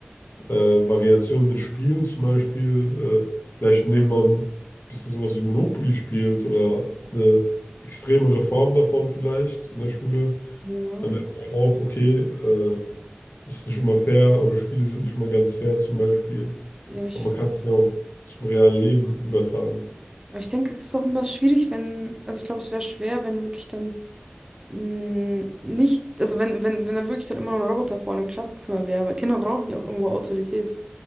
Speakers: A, on the left (about 65°); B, on the right (about 20°).
A: äh, Variationen mit Spielen zum Beispiel. Äh, vielleicht indem man ein bisschen sowas wie Monopoly spielt oder eine extremere Form davon vielleicht in der Schule.
B: ja,
A: Dann merkt man ja auch, okay, äh, es ist nicht immer fair oder Spiele sind nicht immer ganz fair zum Beispiel.
B: Ja, ich,
A: Aber man kann es ja auch zum realen Leben übertragen.
B: ich denke, es ist auch immer schwierig, wenn, also ich glaube, es wäre schwer, wenn wirklich dann mh, nicht, also wenn, wenn, wenn dann wirklich dann immer noch ein Roboter vorne im Klassenzimmer wäre, weil Kinder brauchen ja auch irgendwo Autorität.